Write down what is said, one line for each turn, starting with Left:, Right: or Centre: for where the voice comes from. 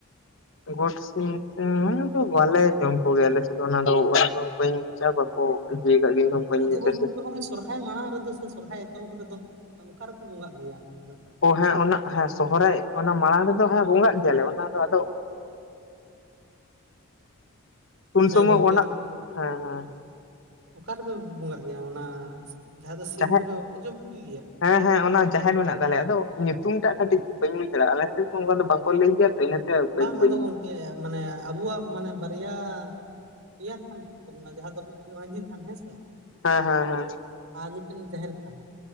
Left: ᱜᱚᱴ ᱥᱤᱢ ᱛᱮ ᱵᱟᱞᱮ ᱡᱚᱢ ᱠᱚᱜᱮᱭᱟ ᱟᱞᱮᱥᱮᱫ ᱫᱚ ᱚᱱᱟᱫᱚ ᱚᱱᱟᱫᱚ ᱵᱟᱹᱧ ᱵᱩᱪᱟ ᱵᱟᱠᱚ <inaudible>
Right: ᱟᱫᱚ ᱜᱚᱝᱠᱮ ᱛᱚᱵᱮ ᱦᱚᱸᱜᱼᱚᱭ ᱥᱚᱨᱦᱟᱭ ᱢᱟᱲᱟᱝ ᱨᱮᱫᱚ ᱥᱮ ᱥᱚᱨᱦᱟᱭ ᱮᱛᱚᱦᱚᱵ ᱨᱮᱫᱚ ᱚᱠᱟ ᱨᱮᱯᱮ ᱵᱚᱸᱜᱟᱜ ᱜᱮᱭᱟ ᱛᱚᱵᱮ
Left: ᱚ ᱦᱮᱸ ᱚᱱᱟ ᱦᱮᱸ ᱥᱚᱦᱨᱟᱭ ᱚᱱᱟ ᱢᱟᱲᱟᱝ ᱨᱮᱫᱚ ᱦᱮᱸ ᱵᱚᱸᱜᱟᱜ ᱜᱮᱭᱟᱞᱮ ᱚᱱᱟᱫᱚ ᱟᱫᱚ ᱩᱱ
Right: ᱦᱮᱸ
Left: ᱥᱚᱢᱚᱭ
Right: ᱜᱚᱝᱠᱮ
Left: ᱚᱱᱟᱜ ᱦᱮᱸ ᱦᱮᱸ
Right: ᱚᱠᱟ ᱨᱮᱯᱮ ᱵᱚᱸᱜᱟᱜ ᱜᱮᱭᱟ ᱚᱱᱟ ᱡᱟᱦᱟᱸ ᱫᱚ ᱥᱤᱢ
Left: ᱡᱟᱦᱮᱨ
Right: ᱠᱚᱯᱮ ᱵᱟᱯᱮ ᱡᱚᱢ ᱠᱚᱜᱮ ᱜᱮᱭᱟ
Left: ᱦᱮᱸ ᱦᱮᱸ ᱚᱱᱟ ᱡᱟᱦᱮᱨ ᱢᱮᱱᱟᱜ ᱛᱟᱞᱮᱭᱟ ᱟᱫᱚ ᱧᱩᱛᱩᱢ ᱴᱟᱜ ᱠᱟᱹᱴᱤᱡ ᱵᱟᱹᱧ ᱵᱩᱡ ᱫᱟᱲᱮᱭᱟᱜᱼᱟ ᱟᱞᱮ ᱥᱮᱫ ᱫᱚ ᱚᱱᱟ ᱫᱚ ᱵᱟᱠᱚ ᱞᱟᱹᱭ ᱜᱮᱭᱟ ᱛᱚ ᱤᱱᱟᱹᱛᱮ ᱵᱟᱹᱧ
Right: ᱵᱟᱝ
Left: ᱵᱟᱹᱧ
Right: ᱟᱫᱚ ᱜᱚᱝᱠᱮ ᱢᱟᱱᱮ ᱟᱵᱚᱣᱟᱜ ᱢᱟᱱᱮ ᱵᱟᱨᱭᱟ ᱯᱮᱭᱟ ᱛᱷᱟᱱ ᱛᱟᱦᱮ ᱛᱟᱵᱳᱱᱟ ᱡᱟᱦᱟᱸ ᱫᱚ ᱢᱟᱹᱡᱷᱤ ᱛᱷᱟᱱ ᱦᱮᱸᱥᱮ
Left: ᱦᱮᱸ ᱦᱮᱸ ᱦᱮᱸ
Right: ᱟᱨ ᱢᱤᱫᱴᱮᱱ ᱡᱟᱦᱮᱨ ᱛᱷᱟᱱ